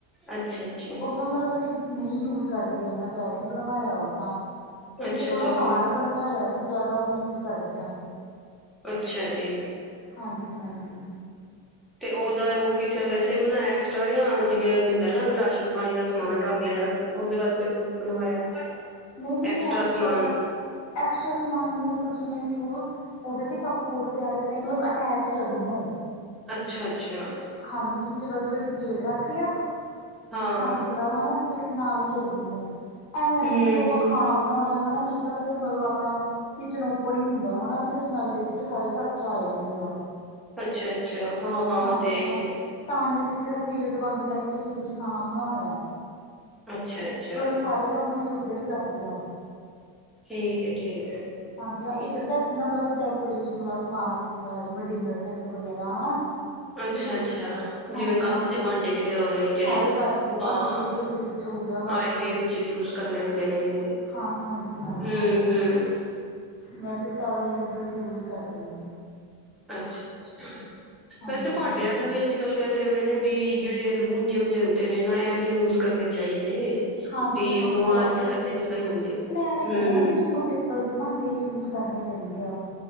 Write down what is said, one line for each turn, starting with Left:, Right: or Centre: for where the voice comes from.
Centre: ਅੱਛਾ-ਅੱਛਾ
Left: ਉਹ ਤਾਂ ਮਤਲਬ ਅਸੀਂ ਨਹੀਂ ਯੂਜ ਕਰਦੇ ਹਨਾ ਵੈਸੇ ਬਣਵਾਇਆ ਉਹ ਤਾਂ ਤੇ ਇੱਕ
Centre: ਅੱਛਾ
Left: ਥੋੜ੍ਹਾ
Centre: ਅੱਛਾ
Left: ਬਾਹਰ ਬਣਵਾਇਆ ਅਸੀਂ ਜਾਦਾ ਉਹ ਵੀ ਯੂਜ ਕਰਦੇ ਹਾਂ।
Centre: ਅੱਛਾ ਜੀ।
Left: ਹਾਂਜੀ-ਹਾਂਜੀ
Centre: ਤੇ ਉਹਦਾ ਓ ਕਿਚਨ ਵੈਸੇ ਹੀ ਬਣਾਇਆ ਐਕਸਟਰਾ ਜਾਂ ਜਿਵੇਂ ਹੁੰਦਾ ਨਾ ਰਾਸ਼ਨ ਪਾਣੀ ਦਾ ਸਮਾਨ ਰੱਖ ਲਿਆ। ਉਹਦੇ ਵਾਸਤੇ ਕੁਛ ਬਣਵਾਇਆ।
Left: ਨਈ-ਨਈ-ਨਈ
Centre: ਐਕਸਟਰਾ
Left: ਐਕਸਟਰਾ-ਐਕਸਟਰਾ
Centre: ਸਮਾਨ
Left: ਸਮਾਨ ਨਹੀਂ ਮਤਲਬ ਜਿਵੇਂ ਅਸੀਂ ਓ ਉਹਦੇ ਤੇ ਕੱਪ ਬੋਰਡ ਤਿਆਰ ਕਰਿਆ ਮਤਲਬ ਅਟੈਚ ਹੀ ਆ ਦੋਨੋਂ
Centre: ਅੱਛਾ-ਅੱਛਾ
Left: ਹਾਂਜੀ ਵਿੱਚ ਮਤਲਬ ਇੱਕ ਗੇਟ ਰੱਖ ਲਿਆ
Centre: ਹਾਂ
Left: ਕੱਚ
Centre: ਹਾਂ
Left: ਦਾ ਹਨਾ। ਤੇ ਨਾਲ ਹੀ ਹੈ ਦੋਨੋਂ ਐਵੇਂ ਹੈ
Centre: ਹੂੰ
Left: ਨਾ ਜਦੋਂ ਆਪਾਂ
Centre: ਹੂੰ
Left: ਖਾਣਾ ਬਣਾਉਣੇ ਆ ਹਨਾ ਨਹੀਂ ਤਾਂ ਫੇਰ ਮਤਲਬ ਆਪਣਾ ਕਿਚਨ ਓਪਨ ਹੀ ਹੁੰਦਾ ਹਨਾ। ਫਿਰ ਸਮੈਲ ਇੱਧਰ ਸਾਰੇ ਘਰ 'ਚ ਆ ਜਾਂਦੀ ਆ।
Centre: ਅੱਛਾ-ਅੱਛਾ ਹਾਂ-ਹਾਂ
Left: ਹਾਂਜੀ
Centre: ਉਹ ਤਾਂ ਹੈ ਹੀ
Left: ਹਾਂ
Centre: ਹੈ।
Left: ਤਾਂ ਹੀ ਅਸੀਂ ਫੇਰ ਓ ਗੇਟ ਬੰਦ ਕਰਕੇ ਫੇਰ ਹੀ ਖਾਣਾ ਬਣਾਉਣੇ ਆਂ।
Centre: ਅੱਛਾ ਅੱਛਾ
Left: ਮਤਲਬ ਸਾਰੇ ਕੰਮ ਅਸੀਂ ਉੱਧਰ ਹੀ ਕਰਦੇ ਆਂ।
Centre: ਠੀਕ ਏ ਠੀਕ ਏ।
Left: ਹਾਂਜੀ ਹਾਂ ਇੱਧਰ ਦਾ ਅਸੀਂ ਨਾ ਬਸ ਡੈਕੋਰੇਸ਼ਨ ਵਾਲਾ ਸਮਾਨ ਹੀ ਰੱਖਿਆ ਹੋ ਜਿਵੇਂ ਡਿਨਰ ਸੈੱਟ ਵਗੈਰਾ ਹਨਾ।
Centre: ਅੱਛਾ-ਅੱਛਾ
Left: ਤੇ ਫਿਰ ਹਾਂਜੀ
Centre: ਜਿਵੇਂ ਕੱਚ
Left: ਹਾਂ ਫਰਿਜ
Centre: ਦੇ ਭਾਂਡੇ ਜਿਹੜੇ ਹੋ ਗਏ ਜਿਹੜੇ
Left: ਸਾਰੇ ਕੱਚ ਦੇ ਭਾਂਡੇ
Centre: ਹਾਂ
Left: ਹੋ ਗਏ ਫਰਿੱਜ ਹੋ ਗਿਆ ਮਾਈਕ੍ਰੋਵੇਵ
Centre: ਆਏ ਗਏ ਵਿੱਚ ਯੂਜ ਕਰਨੇ ਹੁੰਦੇ ਨੇਗੇ ਹੂੰ-
Left: ਹਾਂ ਹਾਂਜੀ ਹਾਂਜੀ।
Centre: ਹੂੰ।
Left: ਵੈਸੇ ਜਾਦਾ ਯੂਰਜ ਯੂਜ ਕਰਦੀ ਹਾਂ।
Centre: ਅੱਛਾ-ਅੱਛਾ
Left: ਹਾਂਜੀ
Centre: ਵੈਸੇ ਭਾਂਡਿਆਂ
Left: ਹਾਂਜੀ।
Centre: ਦਾ ਵੀ ਅੱਜ ਕੱਲ ਕੈਂਦੇ ਪਏ ਨੇ ਵੀ ਜਿਹੜੇ ਐਲੂਮੀਨੀਅਮ ਦੇ ਹੁੰਦੇ ਨੇ ਨਾ ਇਹ ਨੀ ਯੂਜ ਕਰਨੇ ਚਾਹੀਦੇ।
Left: ਹਾਂਜੀ-ਹਾਂਜੀ
Centre: ਵੀ ਬਿਮਾਰੀਆਂ
Left: ਕੈਂਦੇ
Centre: ਕਹਿੰਦੇ
Left: ਵੀ
Centre: ਨੇ
Left: ਯੂਜ
Centre: ਕਈ ਹੁੰਦੇ ਹੂੰ,
Left: ਐਵੇਂ ਕੈਂਦੇ ਨਾ ਵੀ ਤੁਹਾਨੂੰ ਪ ਚਲਦੇ ਭਾਂਡੇ ਯੂਜ ਕਰਨੇ ਚਾਹੀਦੇ ਆ।